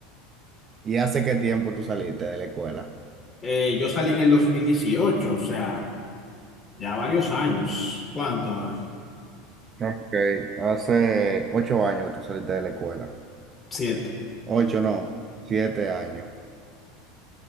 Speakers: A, on the right; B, on the left.
A: ¿Y hace qué tiempo tú saliste de la escuela?
B: Eh, yo salí en el dos mil dieciocho o sea, ya varios años. ¿Cuánto?
A: Ok, hace ocho años que tú saliste de la escuela.
B: Siete.
A: Ocho, no, siete años.